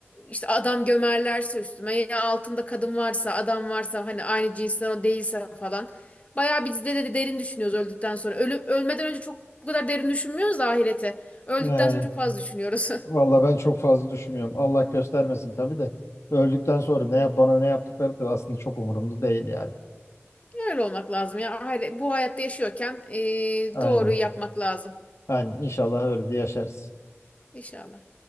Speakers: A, on the left; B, on the left.
A: işte adam gömerlerse üstüme ya altımda kadın varsa adam varsa hani aynı cinsten o değilse falan. Bayağı biz de, de derin düşünüyoruz öldükten sonra. Ölü, ölmeden önce çok bu kadar derin düşünmüyoruz da ahirete. Öldükten
B: Yani
A: sonra çok fazla düşünüyoruz. <laughs>
B: valla ben çok fazla düşünmüyorum. Allah göstermesin tabii de. Öldükten sonra ne yap bana ne yaptıkları da aslında çok umurumda değil yani.
A: Öyle olmak lazım ya. Hayır, bu hayatta yaşıyorken eee,
B: Aynen.
A: doğruyu yapmak lazım.
B: Yani inşallah öyle bir yaşarız.
A: İnşallah.